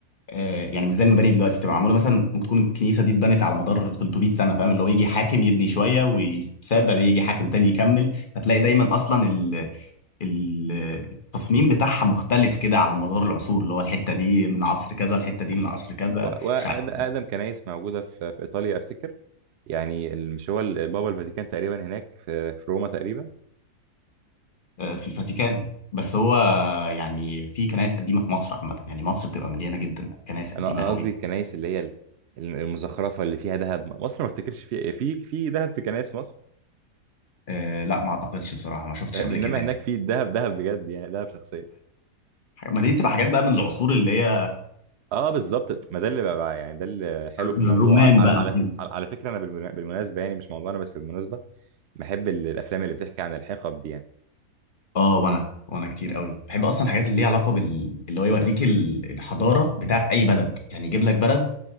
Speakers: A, on the left; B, on the right.
A: آه، يعني مش زي المباني دلوقتي بتبقى معموله مثلا ممكن تكون الكنيسه دي اتبنت على مدار 300 سنه فاهم اللي هو يجي حاكم يبني شويه ويتساب بعدين يجي حاكم تاني يكمل فتلاقي دايما اصلا ال ال- التصميم بتاعها مختلف كده على مدار العصور اللي هو الحته دي من عصر كذا الحته دي
B: مم.
A: من عصر كذا
B: و- واقدم
A: مش عارف
B: كنايس موجوده في في ايطاليا افتكر يعني ال- مش هو ال- بابا الفاتيكان تقريبا هناك في في روما تقريبا
A: آه، في الفاتيكان بس هو يعني في كنائس قديمه في مصر عامه يعني مصر بتبقى مليانه جدا كنائس قديمه
B: انا انا
A: قوي
B: قصدي الكنايس اللي هي ال- المزخرفه اللي فيها ذهب مصر ما افتكرش فيها في في ذهب في كنايس في مصر
A: آه، لا ما اعتقدش بصراحه ما شفتش
B: فاهم
A: قبل
B: انما
A: كده يعني.
B: هناك في ذهب ذهب بجد يعني ذهب شخصيه
A: ما دي بتبقى حاجات بقى من العصور اللي هي
B: اه بالظبط ما ده اللي بقى بقى- يعني ده اللي حلو في الموضوع
A: الرومان
B: على على
A: بقى
B: على,
A: وكده
B: على على فكره انا بالمنا- بالمناسبه يعني مش موضوعنا بس بالمناسبه بحب ال- الافلام اللي بتحكي عن الحقب دي يعني
A: اه وانا وانا كتير قوي بحب اصلا الحاجات اللي ليها علاقه بال اللي هو يوريك ال- الحضاره بتاعت اي بلد يعني يجيب لك بلد